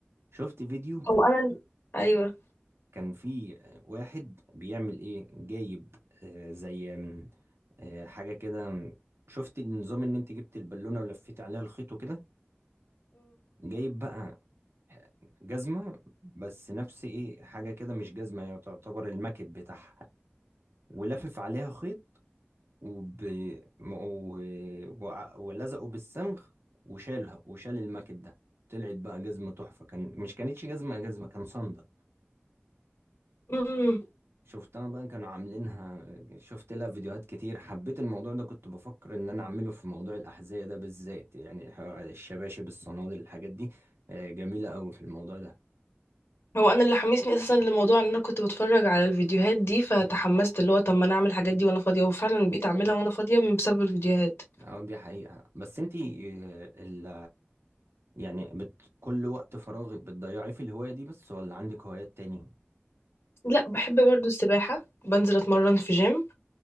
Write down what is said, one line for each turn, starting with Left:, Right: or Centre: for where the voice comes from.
Right: شفت فيديو
Left: هو انا ايوه
Right: كان فيه آه، واحد بيعمل ايه جايب آه، زي آم، آه، حاجة كده آم، شفت النظام ان انت جبت البالونة ولفيت عليها الخيط وكده جايب بقى آه، جزمة بس نفس ايه حاجة كده مش جزمة هي تعتبر المكب بتاعها ولافف عليها خيط وب... م- و... وع- ولزقوا بالصمغ وشالها وشال الماكت ده طلعت بقى جزمة تحفة كان مش كانتش جزمة جزمة كان صندل
Left: اه
Right: شفتها بقى كانوا عاملينها شفت لها فيديوهات كتير حبيت الموضوع ده كنت بفكر ان انا اعمله في موضوع الأحذية ده بالذات يعني ح- الشباشب الصنادل الحاجات دي آه، جميلة قوي في الموضوع ده
Left: هو انا اللي حمسني اساسا للموضوع ان انا كنت بتفرج على الفيديوهات دي فتحمست اللي هو طب ما انا اعمل الحاجات دي وانا فاضيه وفعلا بقيت اعملها وانا فاضيه من بسبب الفيديوهات
Right: اه دي حقيقة بس انتي آه، ال يعني بت... كل وقت فراغك بتضيعيه في الهواية دي بس ولا عندك هوايات تاني؟
Left: لا بحب برضو السباحه بنزل اتمرن في جيم